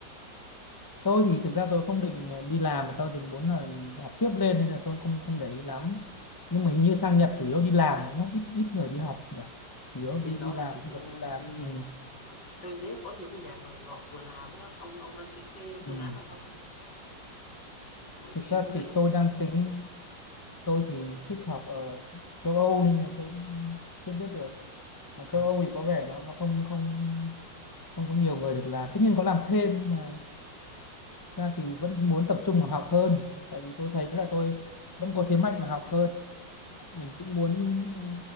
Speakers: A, on the left; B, on the left.
A: tôi thì thực ra tôi không định ờ, đi làm mà tôi định muốn là học tiếp lên nên là tôi không không để ý lắm nhưng mà hình như sang Nhật chủ yếu đi làm đúng không ít ít người đi học nhỉ chủ yếu
B: bên
A: đi đi
B: đó
A: làm
B: là chủ
A: sang
B: yếu
A: Nhật
B: ờ,
A: đi làm
B: đi
A: ừ,
B: ờ, tôi thấy có nhiều cái dạng là ngọt vừa làm á ông ông đang tính cái
A: ừ.
B: phương án đó không bởi vì
A: thực ra
B: tôi thấy
A: thì tôi đang tính tôi thì thích học ở châu Âu nên là tôi cũng chưa biết được mà
B: Ừ.
A: châu Âu thì có vẻ nó nó không không không có nhiều người được làm tất nhiên có làm thêm nhưng mà thực ra thì vẫn muốn tập trung vào học hơn tại vì tôi thấy là tôi vẫn có thế mạnh và học hơn mình cũng muốn ờ,